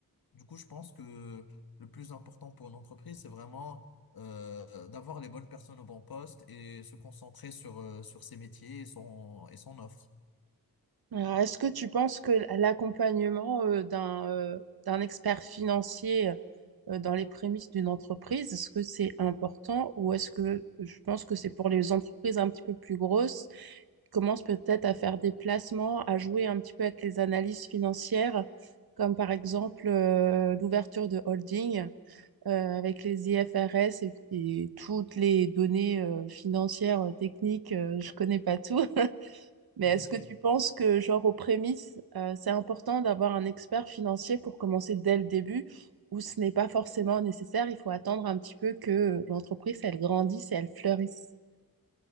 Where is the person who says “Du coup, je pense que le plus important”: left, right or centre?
Left